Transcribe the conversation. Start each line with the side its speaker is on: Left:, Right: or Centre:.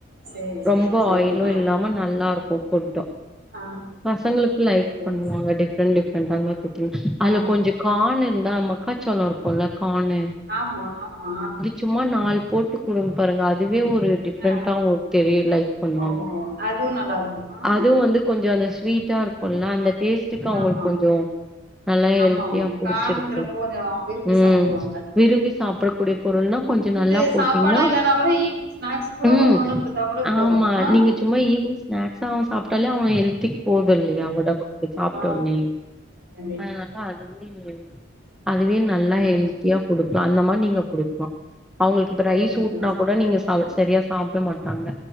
Right: சேரி சேரி
Centre: ரொம்ப
Right: சேரிங்க
Centre: ஆயிலு
Right: தோழி
Centre: இல்லாம நல்லா இருக்கோ ஃபுட்டு
Right: ஆ
Centre: பசங்ளுக்கு லைக்
Right: சேரி
Centre: பண்ணுவாங்க டிஃப்ரெண்ட் டிஃப்ரெண்டா அந்த மாரி குடுத்திங்னா
Right: ஆ
Centre: அதல கொஞ்ச கான் இருந்தா மக்கா சொல்லோ இருக்குல்ல காணு
Right: ஆமா ஆமா
Centre: சும்மா நாள் போட்டு குடுங் பாருங்க அதுவே ஒரு டிப்ரென்ட்டா
Right: ஆ
Centre: அவுங்ளுக் தெரிய லைக் பண்ணுவாங்க
Right: ஓ அதுவு நல்லா இருக்கு ஆ
Centre: அதுவு வந்து கொஞ்ச அந்த வீட்டா இருக்குல்ல அந்த டேஸ் திக்கு அவ்ங்களுக்
Right: ஆமா
Centre: கொஞ்ச நல்லா ஹெல்த்தியா
Right: ஆமா ஆமா
Centre: புடிச்சிருக்கு
Right: காண்கிறப்போ கொஞ்சோ விரும்பி
Centre: ம்
Right: சாப்டுவாங்க
Centre: விரும்பி சாப்புடகூடிய பொருள்னா கொஞ்ச
Right: இது
Centre: நல்லா போட்டீங்னா
Right: சாப்பாடா இல்லன்னா கூட ஈவினிங் ஸ்நாக்ஸ் கூட
Centre: ம்
Right: ஒண்ணு ஒண்ணு குடுத்தா கூட போது
Centre: ஆமா
Right: ஆ
Centre: நீங்க சும்மா ஈவ்னிங் நேக்ஸ் அவ சாப்ட்டாலே அவ எல்தி போதுல்யா உடம்புக்கு சாப்ட்டோனே
Right: ஆ கண்டிப்பா
Centre: அ அதா அதனால அதுவே <inaudible> அதுவே நல்லா எல்தியா
Right: கண்டிப்பா
Centre: குடுப்ப அந்த மார் நீங்க குடுக்லா அவுங்கலுக்
Right: ம்
Centre: இப்ப ரைஸ் ஊட்னா
Right: சரிங்க
Centre: கூட
Right: தோழி
Centre: நீங்க அவுர் சரியா சாட்ட மாட்டாங்க